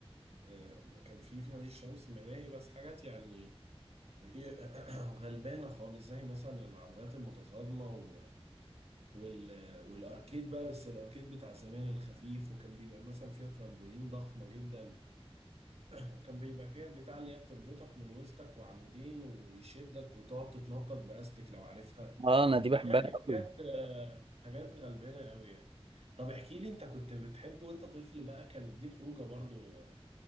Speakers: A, on the right; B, on the right.
A: آه، كان في في نادي الشمس ملاهي بس حاجات يعني ايه <clears throat> غلبانه خالص زي مثلا العربيات المتصادمه و... وال... والاركيد بقى بس الاركيد بتاع زمان الخفيف وكان بيبقى مثلا فيها ترامبولين ضخمه جدا وكان بيبقى فيها البتاع اللي هي بتربطك من وسطك وعمودين ويشدك وتقعد تتنطط باستك لو عارفها
B: اه انا دي بحبها
A: يعني
B: قوي
A: حاجات آه، حاجات غلبانه قوي يعني طب احكي لي انت كنت بتحب وانت طفل بقى كانت دي خروجه برضو